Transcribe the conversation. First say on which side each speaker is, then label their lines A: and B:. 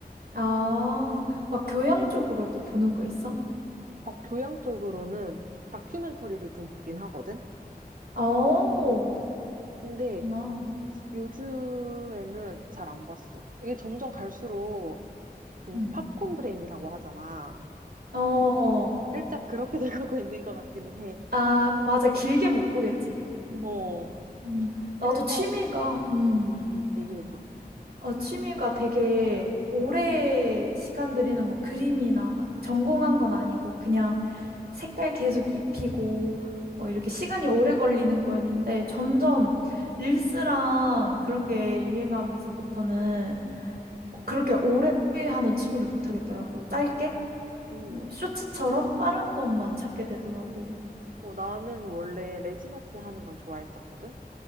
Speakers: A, on the right (about 70°); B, on the right (about 55°).
A: 아, 막 교양 쪽으로도 보는 거 있어?
B: 어, 교양 쪽으로는 다큐멘터리를 좀 보긴 하거든?
A: 어,
B: 근데
A: 그렇구나.
B: 요즘에는 잘 안 봤어. 이게 점점 갈수록 그
A: 음.
B: 팝콘 브레인이라고 하잖아.
A: 어,
B: 살짝 그렇게 <laughs> 돼가고 있는 것 같기는 해.
A: 아, 맞아. 길게 못 보겠지. 응.
B: 어,
A: 음, 나도
B: 그래서,
A: 취미가, 음,
B: 응, 응, 얘기해줘.
A: 아, 취미가 되게 오래 시간 들이는 막 그림이나 막 전공한 건 아니고 그냥 색깔 계속 입히고 뭐 이렇게
B: 음.
A: 시간이 오래 걸리는 거였는데 점점 릴스랑 그런 게 유행하면서부터는 그렇게 오래 하는 취미를 못 하겠더라고. 짧게?
B: 음,
A: 뭐 쇼츠처럼 빠른 것만 찾게 되더라고.
B: 어, 나는 원래 레지나트 하는 걸 좋아했었거든?